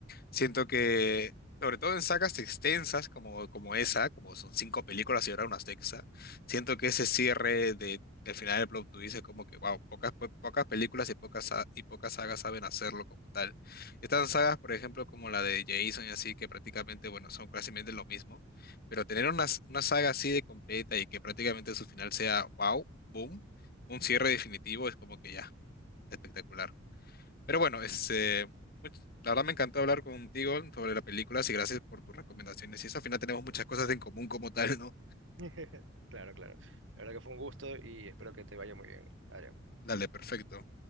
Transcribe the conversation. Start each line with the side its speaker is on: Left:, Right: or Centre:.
Left: Siento que, sobre todo en sagas extensas como, como esa, como son cinco películas y ahora una sexta, siento que ese cierre de, del final del plot twist es como que, wow, pocas, po- pocas películas y pocas, sa- y pocas sagas saben hacerlo como tal. Estas sagas, por ejemplo, como la de Jason y así, que prácticamente, bueno, son prácticamente lo mismo, pero tener una, s- una saga así de completa y que prácticamente su final sea, wow, boom, un cierre definitivo es como que ya, espectacular. Pero bueno, este, la verdad me encantó hablar contigo sobre la película y gracias por tus recomendaciones. Y eso al final tenemos muchas cosas en común como tal, ¿no?
Right: <laughs> Claro, claro. La verdad que fue un gusto y espero que te vaya muy bien. Adrián.
Left: Dale, perfecto.